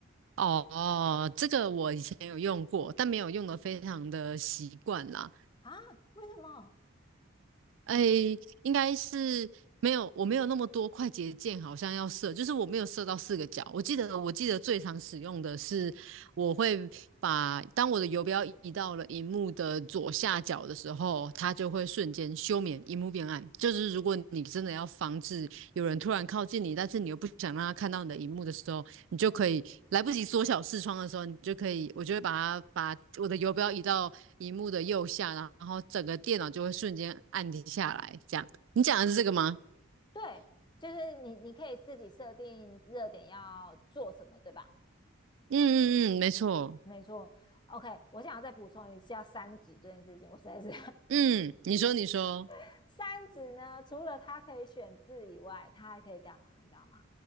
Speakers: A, on the right; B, on the left.
A: 哦，这个我以前有用过，但没有用的非常的习惯啦。
B: 啊，为什么？
A: 哎，应该是没有，我没有那么多快捷键，好像要设，就是我没有设到四个角。我记得，我记得最常使用的是，我会把当我的游标移到了荧幕的左下角的时候，它就会瞬间休眠，荧幕变暗。就是如果你真的要防止有人突然靠近你，但是你又不想让他看到你的荧幕的时候。你就可以来不及缩小视窗的时候，你就可以，我就会把它把我的游标移到荧幕的右下，然后整个电脑就会瞬间按停下来。这样，你讲的是这个吗？
B: 对，就是你你可以自己设定热点要做什么，对吧？
A: 嗯嗯嗯，没错。
B: 没错，OK，我想要再补充一下三指这件事情，我实在是
A: 嗯，你说你说，
B: <laughs> 三指呢，除了它可以选字以外，它还可以干嘛？你知道吗？